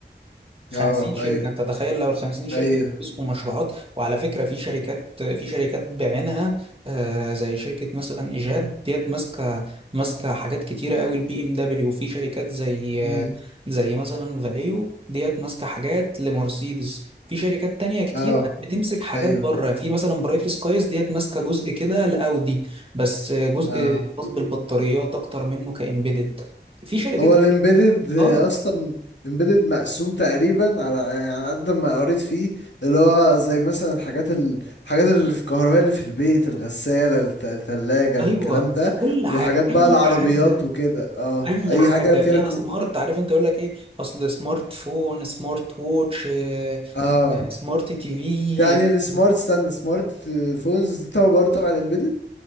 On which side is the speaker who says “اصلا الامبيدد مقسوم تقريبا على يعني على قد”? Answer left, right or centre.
Left